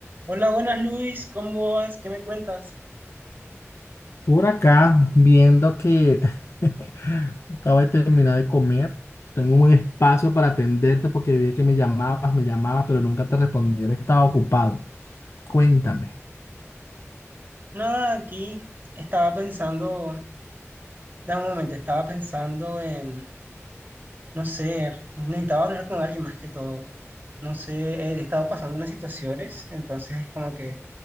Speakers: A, on the right (about 40°); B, on the left (about 60°).
A: Hola, buenas Luis, ¿cómo vas? ¿Qué me cuentas?
B: Por acá, viendo que <laughs> acabo de terminar de comer, tengo un espacio para atenderte porque vi que me llamabas, me llamabas, pero nunca te respondí, eres que estaba ocupado. Cuéntame.
A: Nada, aquí estaba pensando, da un momento, estaba pensando en, no sé, necesitaba hablar con alguien más que todo. No sé, he estado pasando unas situaciones, entonces es como que